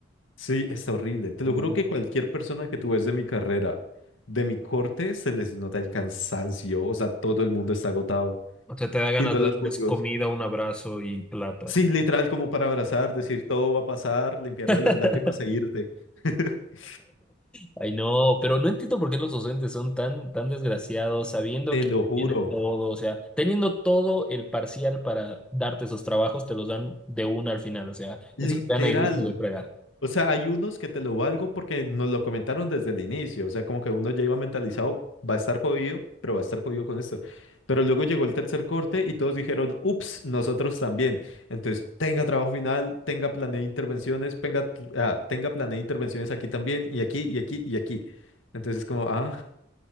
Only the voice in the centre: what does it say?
No.
O sea, te da ganas
de
darles
comida, un abrazo y plata.
así.
<laughs>
Ay, no, pero no entiendo por qué los docentes son tan, tan desgraciados, sabiendo
que
se
tiene todo, o sea, teniendo todo el parcial para darte esos trabajos, te los dan de una al final, o sea,
eso es gana y gusto de fregar.